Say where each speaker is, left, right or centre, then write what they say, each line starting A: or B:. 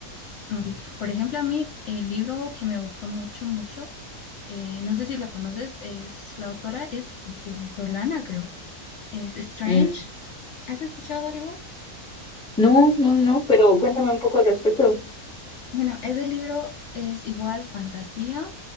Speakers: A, on the left; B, in the centre.
A: así, Por ejemplo, a mí el libro que me gustó mucho, mucho, eh, no sé si lo conoces, es la autora es venezolana, creo. Es Strange.
B: Mm,
A: ¿Has escuchado algo?
B: No, no, no, pero
A: Extraño.
B: cuéntame un poco al respecto.
A: Bueno, ese libro es igual fantasía,